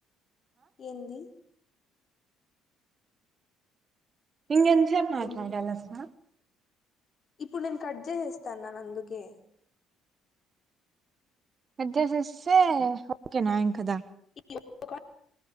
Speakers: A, on the left; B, on the right.
A: ఏంది
B: ఇంగెంచేపు మాట్లాడాల
A: ఏం
B: అసలు
A: ఇప్పుడు నేను కట్ చేసేస్తాన్నాను అందుకే
B: అద్ జేసేస్తే ఓకేనా ఇంక దా
A: <inaudible>